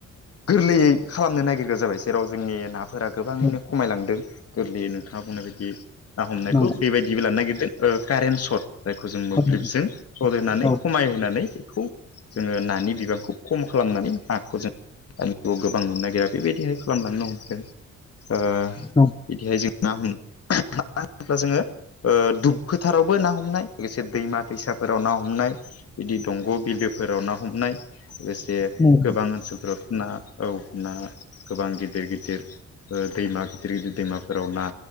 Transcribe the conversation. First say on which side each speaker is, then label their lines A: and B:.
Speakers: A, on the left; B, on the left.
A: गोरलैयै खालामनो नागिरग्रा जाबाय जेराव जोंनि नाफोरा गोबाङैनो
B: उम नंगौ
A: खमायलांदों गोरलैयै नोंथाङा बुंनाय बायदि ना हमनायखौ
B: नंगौ
A: बेबायदिबो लानो नागिरदों ओ कारेन्ट सर्ट जायखौ जों मोब्लिबजों
B: औ
A: सट होनानै
B: औ
A: खमायहोनानै बेखौ जोङो नानि बिबांखौ खम खालामनानै नाखौ जों आरोआव गोबां नुनो नागिरा बेबायदिहाय खालामलांनो हमदों ओ
B: नं
A: बिदिहाय जों मा हम मा होनोब्ला जोङो ओ दुब फोथारावबो ना हमनाय लोगोसे दैमा दैसाफोराव ना हमनाय बिदि दंग बिलोफोराव ना हमनाय लोगोसे
B: नं
A: गोबां ओनसोलफोराव ना औ ना गोबां गिदिर गिदिर ओ दैमा गिदिर गिदिर दैमाफोराव ना